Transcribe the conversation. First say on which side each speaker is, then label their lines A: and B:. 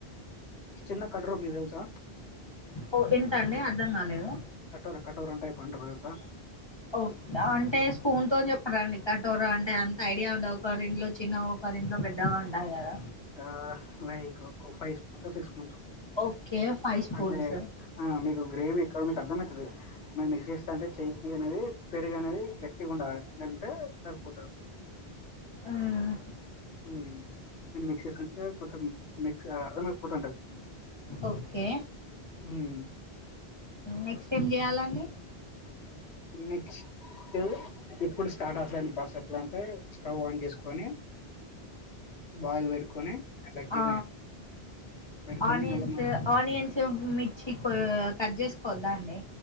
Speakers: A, on the left; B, on the left.
A: చిన్న కటరు మీకు తెలుసా
B: ఓ ఎంత అండి అర్ధం గాలేదు
A: కఠోర కఠోర అంటే పంట గదా సార్
B: ఓ అంటే స్పూన్ తో చెప్పరా అండి కటోర అంటే అంత ఐడియా ఉండవు ఒకరింట్లో చిన్న ఒక కరి ఇంట్లో పెద్దగా ఉంటాయి గదా
A: ఆ లైకు ఒక ఫైవ్ స్పూన్సో సిక్స్ స్పూన్సో
B: ఓకే ఫైవ్ స్పూన్స్
A: అంటే ఆ మీకు గ్రేవీ ఎక్కువ మీకు అర్థమై మేము మిక్సీ ఇస్తా అంటే చేకి అన్నది పెరుగు అనేది గట్టిగా ఉండాలి ఉంటే సరిపోతడు
B: మ్మ్
A: ఉమ్ అండ్ మిక్స్ చేసుకుంటే కొంతం మిక్స్ అర్థమైపోతుంటది
B: ఓకే
A: ఉమ్
B: నెక్స్ట్ ఏం చేయాలండి
A: నెక్స్ట్ ఇప్పుడు స్టార్ట్ అసాను ఎట్లా అంటే స్టవ్ ఆన్ చేసుకొని బాయిల్ పెట్టుకొని అట్ల గిన్నె
B: ఆ
A: పెట్టుకొని
B: ఆనియన్స్
A: అలా మ
B: ఆనియన్స్ మిర్చి కో-కట్ చేసుకోవద్దాండి